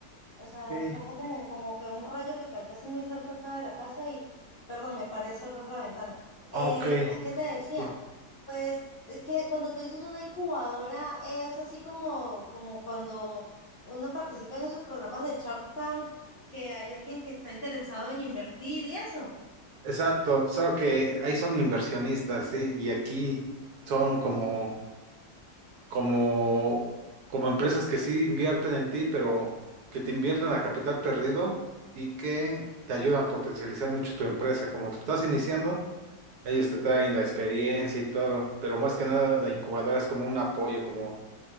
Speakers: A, on the left (about 50°); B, on the right (about 70°).
A: O sea,
B: Sí,
A: o sea, fue como, como que un rayo que cayó así muy cerca acá de la casa y, perdón, me paré a cerrar la ventana. Eh,
B: ok,
A: ¿qué te decía?
B: sí.
A: Pues eh, que cuando tú dices una incubadora es así como, como cuando uno participa en esos programas de Shark Tank, que hay alguien que está interesado en invertir y eso.
B: Exacto, solo que ahí son inversionistas, sí, y aquí son como, como, como empresas que sí invierten en ti, pero que te invierten a capital perdido y que te ayudan a potencializar mucho tu empresa. Como estás iniciando, Ellos te traen la experiencia y todo, pero más que nada la incubadora es como un apoyo, como